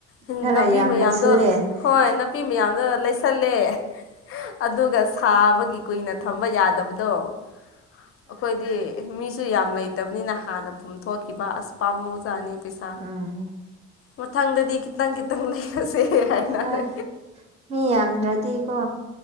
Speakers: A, on the left; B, on the right.
A: ꯅꯥꯄꯤ
B: ꯈꯔ ꯌꯥꯝ
A: ꯃꯌꯥꯝꯗꯣ
B: ꯂꯩꯁꯤꯜꯂꯦ
A: ꯍꯣꯏ ꯅꯄꯤ ꯃꯌꯥꯝꯗꯣ ꯂꯩꯁꯜꯂꯦ ꯑꯗꯨꯒ ꯁꯥꯕꯒꯤ ꯀꯨꯏꯅ ꯊꯝꯕ ꯌꯥꯗꯦ ꯕꯗꯣ ꯑꯩꯈꯣꯏꯗꯤ ꯃꯤ ꯁꯨ ꯌꯥꯝ ꯂꯩꯇꯕꯅꯤꯅ ꯍꯥꯟꯅ ꯄꯨꯝꯊꯣꯛꯈꯤꯕ ꯑꯁ ꯄꯥꯝꯃꯨꯖꯥꯠꯅꯤ ꯄꯩꯁꯥ
B: ꯎꯝ
A: ꯃꯊꯪꯗꯗꯤ ꯈꯤꯇꯪ ꯈꯤꯇꯪ ꯂꯩꯔꯁꯦ ꯍꯥꯏꯅꯔꯦ
B: ꯍꯣꯏ ꯃꯤ ꯌꯥꯝꯗ꯭ꯔꯗꯤꯀꯣ